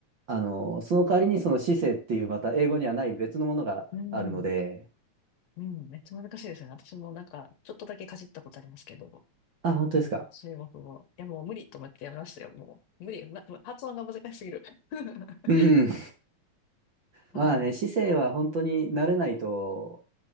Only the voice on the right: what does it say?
あの、その代わりにその姿勢っていうまた英語にはない別のものがあるので、
あ、本当ですか。
うんうん。
まあね、姿勢は本当に慣れないと